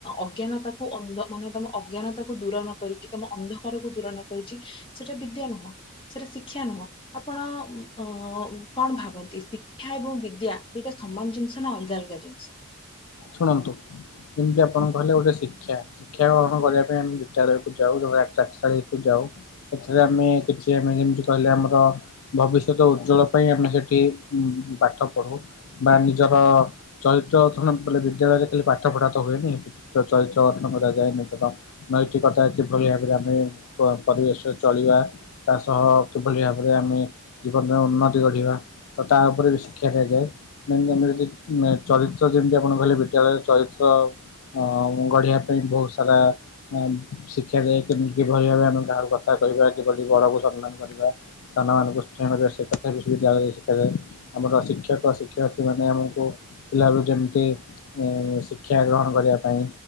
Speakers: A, on the left (about 25°); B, on the left (about 80°).
A: ଅଜ୍ଞାନତା କୁ ଅନ୍ଦ ମନେ ତମ ଅଜ୍ଞାନତା କୁ ଦୂର ନ କରିକି ତମ ଅନ୍ଧକାରକୁ ଦୂର ନ କରିଚି ସେଟା ବିଦ୍ୟା ନୁହ ସେଟା ଶିକ୍ଷା ନୁହ। ଆପଣ ଉୁଁ ଅ କଣ ଭାବନ୍ତି ଶିକ୍ଷା ଏବଂ ବିଦ୍ୟା ଦିଟା ସମାନ ଜିନିଷ୍? ନା ଅଲଗା ଅଲଗା ଜିନିଷ?
B: ଶୁଣନ୍ତୁ ଯେମିତି ଆପଣଙ୍କୁ କହିଲେ ଗୋଟେ ଶିକ୍ଷା ଶିକ୍ଷା ଗ୍ରହଣ କରିବା ପାଇଁ ଆମେ ବିଦ୍ୟାଳୟକୁ ଯାଉ <unintelligible> ଚାଟଶାଳି କୁ ଯାଉ ଏଥିରେ ଆମେ କିଛି ଆମେ ଯେମିତି କହିଲେ ଆମର ଭବିଷ୍ୟତ ଉଜ୍ଜଳ ପାଇଁ ଆମେ ସେଠି ଉ ପାଠ ପଢୁ। ବା ନିଜର ଚରିତ୍ର ଗଥନ ବଲେ ବିଦ୍ୟାଳୟରେ ଖାଲି ପାଠ ପଢ଼ା ତ ହୁଏନି ଚ ଚ ଚରିତ୍ର ଗଠନ କରାଯାଏ ନିଜର। ନୈତିକତା କିଭଳି ଭାବରେ ଆମେ ପ ପରିବେଶ ଚଳିବା। ତା ସହ କିଭଳି ଭାବରେ ଆମେ ଜୀବନରେ ଉନ୍ନତି ଗଢିବା। ତ ତା ଉପରେ ବି ଶିକ୍ଷା ଦିଆଯାଏ ମେନେ ଆମେ ଯଦି ମେ ଚରିତ୍ର ଯେମିତିଆ ଆପଣ କହିଲେ ବିଦ୍ୟାଳୟରେ ଚରିତ୍ର ଅଁ ଗଢ଼ିଆ ପାଇଁ ବହୁ ସାରା ଅମ୍ ଶିକ୍ଷା ଯାଏ କେମିତି କିଭଳି ଭାବେ ଆମେ କାହାକୁ କଥା କହିବା କିଭଳି ବଡକୁ ସନ୍‌ମାନ କରିବା। ସାନ ମାନଙ୍କୁ ସ୍ନେହ <unintelligible> ସେ କଥା ବିସ୍ ବିଦ୍ୟାଳୟରେ ଶିଖା ଯାଏ। ଆମର ଶିକ୍ଷକ, ଶିକ୍ଷୟତ୍ରୀ ମାନେ ଆମକୁ ପିଲାଏକୁ ଯେମିତି <unintelligible> ଶିକ୍ଷା ଗ୍ରହଣ କରିବା ପାଇଁ